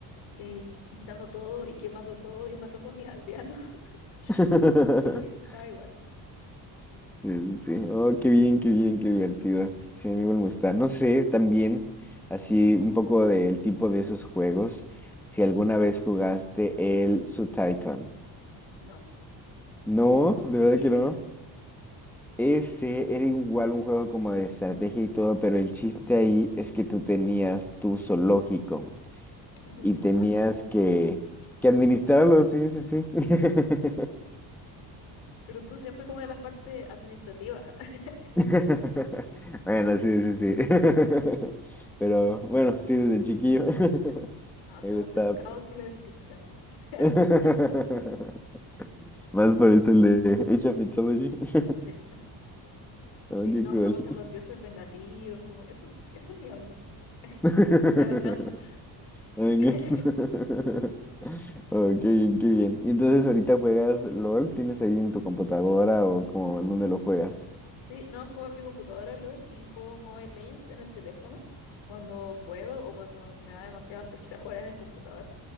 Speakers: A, on the left; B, in the centre.
A: eh, y quitando todo y quemando todo y matando a mis aldeanos. <laughs>
B: ok.
A: No importa, yo lo disfrutaba
B: <laughs>
A: igual.
B: Sí, sí, sí. Oh, qué bien, qué bien, qué divertido. Sí, a mí igual me gusta. No sé, también, así un poco del tipo de esos juegos, si alguna vez jugaste el Sutaicon.
A: No,
B: No, de
A: ¿de
B: verdad
A: qué
B: que no.
A: era?
B: Ese era igual un juego como de estrategia y todo, pero el chiste ahí es que tú tenías tu zoológico
A: <laughs>
B: y tenías
A: Ya.
B: que, que administrarlo, sí, sí, sí. <laughs>
A: Pero tú siempre como de las partes administrativas. <laughs>
B: <laughs> Bueno, sí, sí, sí. <laughs> Pero bueno, sí, desde chiquillo <laughs>
A: A mí
B: me
A: me gusta
B: gustaba,
A: el caos
B: pero
A: y la destrucción. <laughs>
B: <laughs> más por esto el de Age of Mythology. <laughs>
A: Sí, sí,
B: Oh, qué
A: no,
B: cool.
A: me gustan los dioses vengativos, como eso, esa es mi onda. <laughs>
B: <laughs>
A: La venganza.
B: Ay,
A: <laughs>
B: qué <laughs> Oh, qué bien, qué bien. Y entonces ahorita juegas LOL, ¿tienes ahí en tu computadora o como en dónde lo juegas?
A: Sí, no, juego en mi computadora LOL y juego Mobile Legends en el teléfono cuando puedo o cuando me da demasiada flojera <laughs> jugar en el computador.